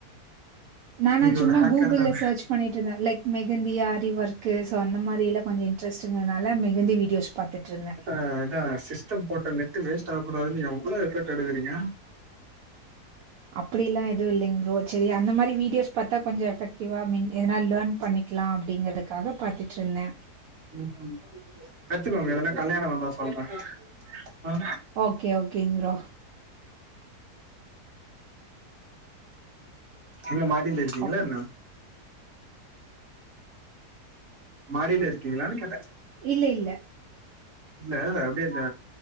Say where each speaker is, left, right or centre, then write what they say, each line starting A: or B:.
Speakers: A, on the right (about 70°); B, on the right (about 45°).
A: நானா
B: நீங்க
A: சும்மா
B: ஒரு ஹேக்கர்
A: கூகுள்ல
B: தான
A: சர்ச் பண்ணிட்டு இருந்தே லைக் மெகந்தி ஆ தி ஒர்க்கு சோ அந்த மாரிலா கொஞ்ச இன்ட்ரெஸ்ட்ங்க அதனால மெகந்தி வீடியோஸ் பாத்துட்ருந்த
B: அ அதா சிஸ்டம் போட்ட நெட்டு வேஸ்ட் ஆககூடாதுனு எவ்ளோ எஃபெக்ட் எடுக்குறீங்க
A: அப்டில்லா எதுவு இல்லைங் ப்ரோ சரி அந்த மாரி வீடியோஸ் பாத்தா கொஞ்சோ எஃபக்டிவ்வா மீன் எதனா லேர்ன் பண்ணி க்கலா அப்டிங்கிறதுக்காக பாத்துட்டு இருந்த
B: ம் ம் கத்துக்கோங்க எதன்னா கல்யாணோ வந்தா சொல்ற ஆ
A: ஓகே ஓகேங்க ப்ரோ
B: எங்க மாடில இருக்கீங்களா
A: ஓகே
B: என்ன மாடில இருக்கீங்களானு கேட்ட
A: இல்ல இல்ல
B: இல்ல அப்டே இந்த